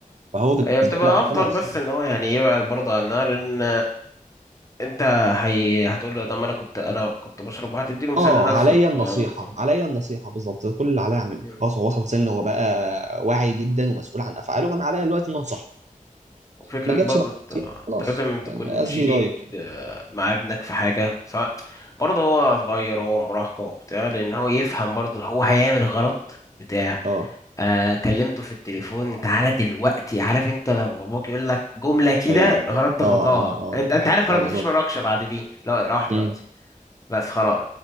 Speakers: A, on the right (about 55°); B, on the left (about 25°).
A: فهو بالنسبه
B: هي بتبقى
A: لا
B: ابطال
A: خلاص
B: بس
A: يعني
B: ان هو يعني يبعد برضه عن النار ان انت هي... هتقول له طب ما انا كنت انا كنت بشرب وهتديله مثال
A: اه
B: لنفسك
A: عليا النصيحه
B: فاهم انت
A: عليا النصيحه بالظبط ده كل اللي عليا اعمله
B: مم.
A: خلاص هو وصل سن هو بقى واعي جدا ومسؤول عن افعاله فانا عليا دلوقتي ان انصحه
B: وفكرة
A: ما
B: برضه
A: جاتش مع
B: انت
A: النصيحة،
B: انت
A: خلاص
B: لازم تكون
A: يعني از
B: شديد
A: هي لايك يعني
B: آه، مع ابنك في حاجة سواء برضه هو صغير هو مراهقة وبتاع لأن هو يفهم برضه هو هيعمل غلط بتاع
A: اه
B: آه كلمته في التليفون تعالى دلوقتي عارف انت لما ابوك يقول لك جملة كده
A: ايوه
B: غلط ضغطاها
A: اه اه اه
B: انت انت عارف خلاص
A: بالظبط
B: مفيش مناقشة بعد دي لا روح دلوقتي
A: مم.
B: بس خلاص